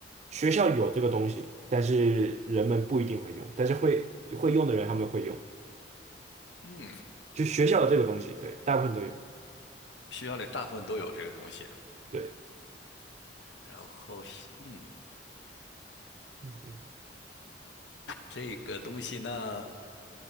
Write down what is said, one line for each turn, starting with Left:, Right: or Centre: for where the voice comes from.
Right: 学校有这个东西，但是人们不一定会用，但是会会用的人他们会用，
Left: 嗯，
Right: 就学校有这个东西，对，大部分都有，
Left: 学校里大部分都有这个东西。
Right: 对。
Left: 然后是嗯，
Right: 嗯哼
Left: 这个东西呢，